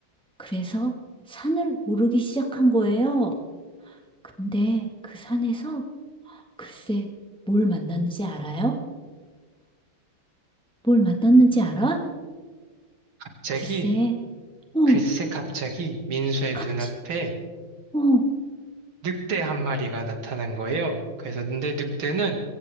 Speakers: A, in the centre; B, on the right (about 80°).
A: 그래서 산을 오르기 시작한 거예요. 근데 그 산에서 글쎄 뭘 만났는지 알아요? 뭘 만났는지 알아?
B: 갑자기,
A: 글쎄, 어,
B: 글쎄 갑자기 민수의
A: 갑자,
B: 눈앞에
A: 어,
B: 늑대 한 마리가 나타난 거예요. 그래서 근데 늑대는